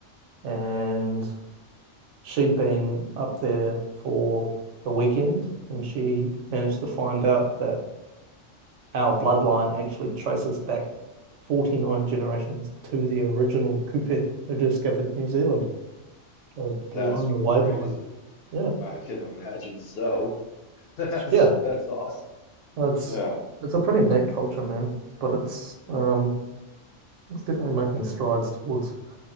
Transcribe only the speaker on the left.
That's
crazy.
I can imagine so. <laughs> That's
that's awesome.
Yeah.